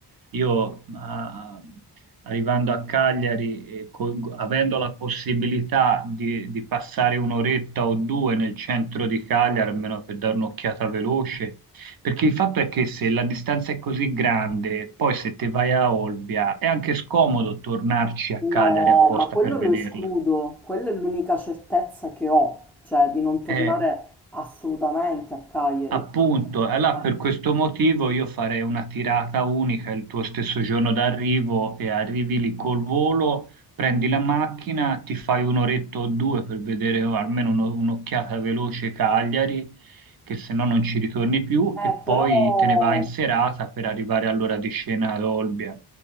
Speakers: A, on the right (about 60°); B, in the centre.
A: io ma, arrivando a Cagliari, e co- avendo la possibilità di, di passare un'oretta o due nel centro di Cagliari, almeno per dare un'occhiata veloce. Perché il fatto è che se la distanza è così grande, poi se te vai a Olbia, è anche scomodo tornarci a
B: No,
A: Cagliari apposta
B: ma quello
A: per vederla.
B: lo escludo, quella è l'unica certezza che ho, cioè di non tornare
A: Eh,
B: assolutamente a Cagliari.
A: appunto, allora
B: Eh,
A: per questo motivo io farei una tirata unica il tuo stesso giorno d'arrivo e arrivi lì col volo, prendi la macchina, ti fai un'oretta o due per vedere almeno uno- un'occhiata veloce Cagliari, che se no non ci ritorni più,
B: eh,
A: e poi
B: però
A: te ne vai in serata per arrivare all'ora di scena ad Olbia.